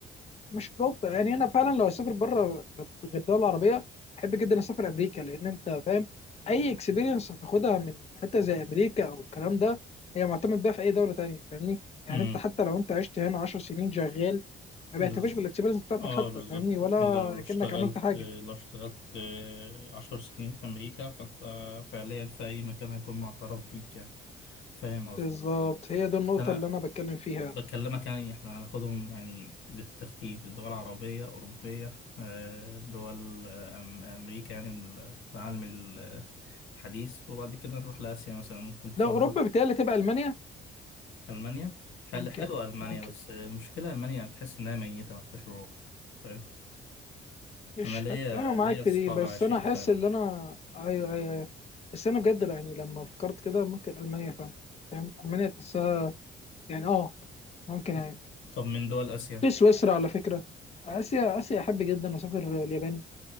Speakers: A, on the left; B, on the left.
A: مش اوروبا يعني انا فعلا لو اسافر بره غير الدول العربيه احب جدا اسافر امريكا لان انت فاهم اي اكسبيرينس هتاخدها من حته زي امريكا او الكلام ده هي معتمد بقى في اي دوله تانية فاهمني يعني
B: امم
A: انت حتى لو انت عشت هنا 10 سنين شغال ما
B: بز...
A: بيعترفش بالاكسبيرينس بتاعتك
B: اه
A: حتى
B: بالظبط
A: فاهمني ولا
B: لو اشتغلت
A: كانك عملت حاجه
B: لو اشتغلت آه، عشر سنين في أمريكا فأنت فعليا في أي مكان هيكون معترف بيك يعني فاهم قصدك
A: بالظبط هي دي النقطه
B: بس أنا
A: اللي انا بتكلم فيها
B: بكلمك يعني احنا هناخدهم يعني بالترتيب الدول العربية أوروبية آه، دول آه، أم- أمريكا يعني ال- العالم ال- الحديث وبعد كده نروح لآسيا مثلا ممكن تفضل
A: لو اوروبا بتهيألي تبقى المانيا
B: ألمانيا حل
A: ممكن
B: حلوة ألمانيا
A: ممكن
B: بس المشكلة ألمانيا يعني تحس إنها ميتة ما فيهاش روح فاهم <laughs>
A: مش
B: أنا ليا
A: هت... اه معاك
B: ليا أصحاب
A: في دي بس
B: عايشين
A: انا احس
B: في ألمانيا
A: ان انا ايوه ايوه ايوه بس انا بجد لا، يعني لما فكرت كده ممكن المانيا فاهم فاهم المانيا تحسها يعني اه ممكن
B: طب
A: يعني
B: طب من دول آسيا
A: في سويسرا على فكره اسيا اسيا احب جدا اسافر اليابان